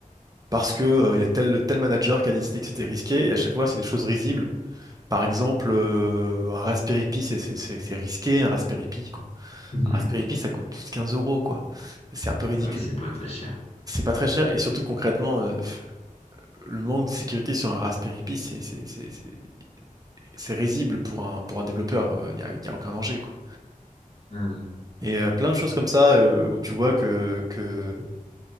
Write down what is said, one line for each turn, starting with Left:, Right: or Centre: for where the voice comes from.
Right: parce que euh, il y a tel, tel manager qui a décidé que c'était risqué et à chaque fois c'est des choses risibles Par exemple, euh, un Raspberry Pi, c'est c'est- c'est- c'est risqué, un Raspberry Pi, quoi.
Left: Mhm.
Right: Un Raspberry
Left: <laughs>
Right: Pi, ça coûte tous 15 euros, quoi. C'est un peu ridicule.
Left: Oui, c'est pas très cher.
Right: C'est pas très cher, et surtout concrètement, euh, f- le manque de sécurité sur un Raspberry Pi, c'est c'est- c'est- c'est- c'est risible pour un, pour un développeur. Il n'y a, y a aucun danger, quoi.
Left: Hmm.
Right: Et euh, plein de choses comme ça, euh, où tu vois que, que,